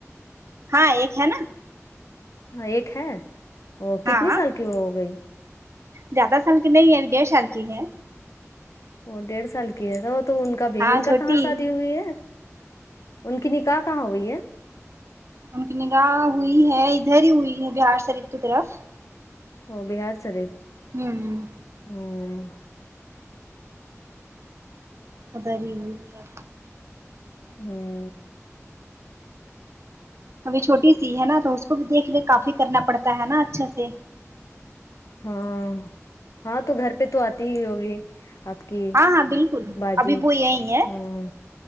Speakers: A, on the right; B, on the left.
A: ہاں ایک ہے نا
B: ہاں ایک ہے وہ
A: ہاں
B: کتنی سال کی وہ ہو گئی
A: زیادہ سال کی نہیں ہے ابھی ڈیڑھ سال کی ہے
B: وہ ڈیڑھ سال کی ہے وہ تو ان کا بھی
A: ہاں
B: ان
A: چھوٹی
B: کا کہاں سادی ہوئی ہے ان کی نکاح کہاں ہوئی ہے
A: ان کی نکاح ہوئی ہے ادھر ہی ہوئی ہے بہار سریف کی طرف
B: ہ بہار شریف
A: ہوں
B: ہوں
A: ادھر ہی ہوئی ہے
B: ہوں
A: ابھی چھوٹی سی ہے نا تو اس کو بھی دیکھ ریکھ کافی کرنا پڑتا ہے نا اچھا سے
B: ہاں ہاں تو گھر پہ تو آتی ہی ہوگی آپ کی
A: ہاں ہاں بالکل
B: باجیت
A: ابھی وہ یہی ہے
B: ہوں